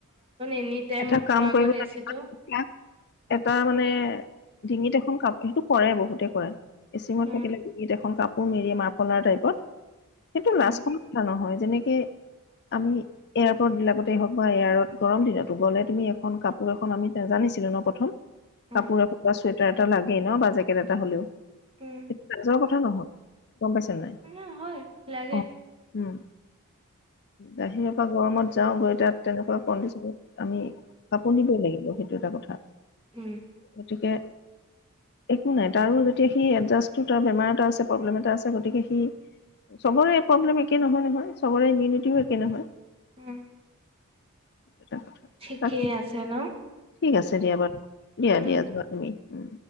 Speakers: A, on the right (about 25°); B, on the left (about 50°).
A: এনি টাইম
B: এটা
A: মুখৰ
B: কাম
A: আগত
B: কৰিব লাগিব
A: এচিটো
B: এটা মানে ডিঙিত এখন কাপ সেইটো কৰে বহুতে কৰে এচিমত
A: উম,
B: থাকিলে ডিঙিত এখন কাপ পোৰ মেৰি মাৰফলাৰ টাইপত সেইটো
A: উম,
B: লাষ্ট কৰিবলগীয়া নহয় যেনেকে কে আমি এয়াৰপৰ্ট বিলাকতে হওক বা এয়াৰ গৰম দিনত। গ'লে তুমি এখন কাপোৰ এখন আমি জানিছিলো ন প্ৰথম।
A: উম,
B: কাপোৰ হক বা চুৱেটাৰ এটা লাগেই ন বা জেকেট এটা হলেও
A: উম,
B: সেইটো লাজৰ কথা নহয় গম পাইছে নাই
A: উম, হয় লাগে
B: অ উম বাহিৰৰ পৰা গৰমত যাও গৈ তাত তেনেকুৱা কণ্ডিচনত আমি কাপোৰ নিবই লাগিব সেইটো এটা কথা
A: উম,
B: গতিকে একো নাই তাৰো যেতিয়া সি এডজাষ্ট তাৰ বেমাৰ এটা আছে প্ৰব্লেম এটা আছে। গতিকে সি চবৰে প্ৰব্লেম একে নহয় নহয় চবৰে ইমিউনিটিও একে নহয়।
A: উম
B: এটা কথা
A: ঠিকেই
B: তাক
A: আছে ন
B: ঠিক আছে দিয়া বাৰু দিয়া
A: উম,
B: দিয়া যোৱা তুমি উম